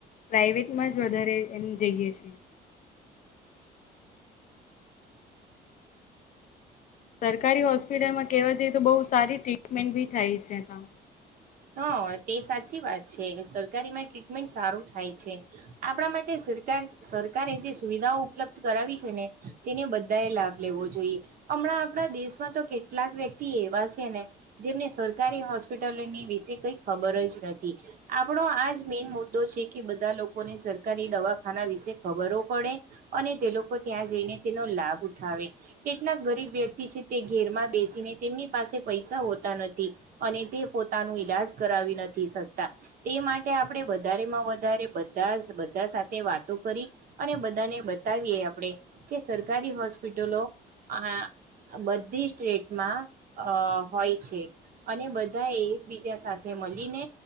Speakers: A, on the left (about 50°); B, on the right (about 55°).
A: પ્રાઈવેટમાં જ વધારે એમ જઈએ છીએ. સરકારી હોસ્પિટલમાં કેવા જઈએ તો બઉ સારી ટ્રીટમેન્ટ ભી થાય છે હ
B: હ તે સાચી વાત છે સરકારીમાં ટ્રીટમેન્ટ સારું થાય છે આપણા માટે સરકાર સરકારે જે સુવિધાઓ ઉપલબ્ધ કરાવી છે ને તેને બધા એ લાભ લેવો જોઈએ. હમણાં આપણા દેશમાં તો કેટલાક વ્યક્તિ એવા છે ને જેમને સરકારી હોસ્પિટલોની વિશ જે કઈ ખબર જ નથી આપણો આજ મેન મુદ્દો છે કે બધા લોકોને સરકારી દવા ખાના વિશે ખબરો પડે અને તે લોકો ત્યાં જઈને તેનો લાભ ઉઠાવે કેટલાક ગરીબ વ્યક્તિ છે તે ઘેરમાં બેસીને તેમની પાસે પૈસા હોતા નથી અને તે પોતાનું ઈલાજ કરાવી નથી શકતા તે માટે આપડે વધારેમાં વધારે બધા બધા સાથે વાતો કરી અને બધાને બતાવીએ આપણે કે સરકારી હોસ્પિટલો અ હા. બધી સ્ટેટમાં અ હોય છે, અને બધા એ એક બીજા સાથે મલીને